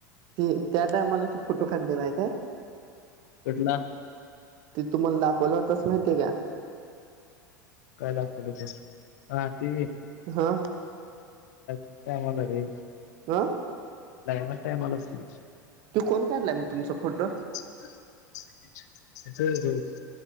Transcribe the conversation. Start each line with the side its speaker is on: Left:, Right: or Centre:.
Right: ते त्या टायमाला त फोटो काढलेला आहे का
Left: केटला
Right: ते तुम्हाला दाखवलंताच माहितीय का
Left: काय लागत त हा ते
Right: हा
Left: अच टायमलला रे
Right: हा
Left: नाहीना टायमलाच नाही
Right: तू कोण कायला तुमचा फोटो
Left: हम् हम्